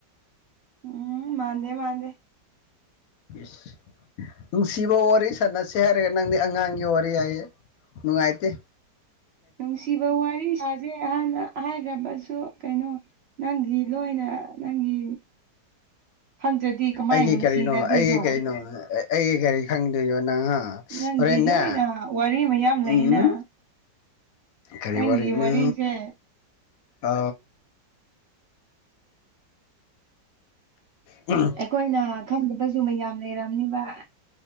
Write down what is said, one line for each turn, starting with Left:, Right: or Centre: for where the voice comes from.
Right: ꯎꯝ ꯃꯥꯥꯟꯗꯦ ꯃꯥꯥꯟꯗꯦ
Left: ꯁ ꯅꯨꯡꯁꯤꯕ ꯋꯥꯔꯤ ꯁꯥꯟꯅꯁꯦ ꯍꯥꯏꯔꯒ ꯅꯪꯗꯤ ꯑꯉꯥꯡꯒꯤ ꯋꯥꯔꯤ ꯍꯥꯏꯌꯦ ꯃꯅꯨꯡꯥꯏꯠꯇ
Right: ꯅꯨꯡꯁꯤꯕ ꯋꯥꯔꯤ ꯁꯥꯖꯩ ꯑꯍꯥꯟꯅ ꯍꯥꯏꯈ꯭ꯔꯕꯁꯨ ꯀꯩꯅꯣ ꯅꯪꯒꯤ ꯂꯣꯏꯅ ꯅꯪꯒꯤ ꯈꯪꯗ꯭ꯔꯗꯤ ꯀꯃꯥꯏꯅ
Left: ꯑꯩꯒꯤ
Right: ꯅꯨꯡꯁꯤꯅꯗꯣꯏꯅꯣ
Left: ꯀꯔꯤꯅꯣ ꯑꯩꯒꯤ ꯀꯔꯤꯅꯣ ꯑꯩꯒꯤ ꯀꯔꯤ ꯈꯪꯗꯣꯏꯅꯣ ꯅꯪꯍ
Right: ꯅꯪꯒꯤ
Left: ꯍꯔꯦꯟꯅ
Right: ꯂꯣꯏꯅ ꯋꯥꯔꯤ ꯃꯌꯥꯝ ꯂꯩꯅ
Left: ꯎꯝ ꯀꯔꯤꯋꯥꯔꯤꯅ
Right: ꯅꯪꯒꯤ ꯋꯥꯔꯤꯁꯦ
Left: ꯑ ꯎ
Right: ꯑꯩꯈꯣꯏꯅ ꯈꯪꯗꯕꯁꯨ ꯃꯌꯥꯝ ꯂꯩꯔꯝꯅꯤꯕ